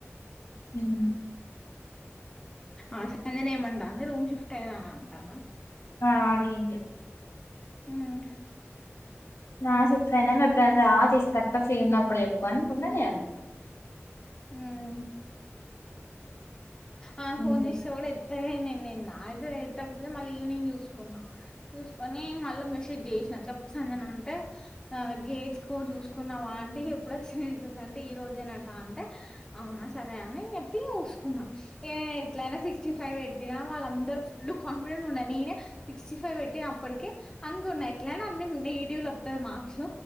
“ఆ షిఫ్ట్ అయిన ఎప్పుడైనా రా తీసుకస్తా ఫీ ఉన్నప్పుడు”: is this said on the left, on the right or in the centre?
Left